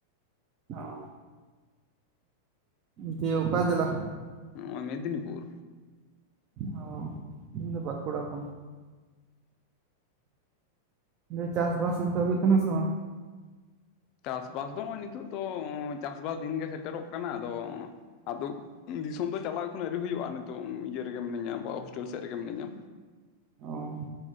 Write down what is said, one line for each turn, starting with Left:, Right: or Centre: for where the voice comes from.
Right: ᱚᱸ ᱫᱤᱭᱮ ᱚᱠᱟ ᱡᱮᱞᱟ?
Left: ᱱᱚᱣᱟ ᱚᱭ ᱢᱮᱫᱱᱤᱯᱩᱨ᱾
Right: ᱚ, ᱤᱧ ᱫᱚ ᱵᱟᱸᱠᱩᱲᱟ ᱠᱷᱚᱱ᱾ ᱡᱮ ᱪᱟᱥᱵᱟᱥ ᱚᱱᱛᱮ ᱦᱩᱭᱩᱜ ᱠᱟᱱᱟ ᱥᱮ ᱵᱟᱝ?
Left: ᱪᱟᱥᱵᱟᱥ ᱫᱚ ᱱᱚᱜᱼᱚᱭ ᱱᱤᱛᱚᱜ ᱫᱚ, ᱪᱟᱥᱵᱟᱥ ᱫᱤᱱ ᱜᱮ ᱥᱮᱴᱮᱨᱚᱜ ᱠᱟᱱᱟ᱾ ᱟᱫᱚ ᱟᱫᱚ ᱫᱤᱥᱚᱢ ᱫᱚ ᱪᱟᱞᱟᱣ ᱮᱠᱷᱚᱱᱚ ᱟᱹᱣᱨᱤ ᱦᱩᱭᱩᱜᱼᱟ ᱱᱤᱛᱚᱜ, ᱤᱭᱟᱹ ᱨᱮᱜᱮ ᱢᱤᱱᱟᱹᱧᱟ ᱟᱵᱚᱣᱟᱜ ᱦᱳᱥᱴᱮᱞ ᱥᱮᱫ ᱨᱮᱜᱮ ᱢᱤᱱᱟᱹᱧ-ᱟ᱾
Right: ᱚᱻ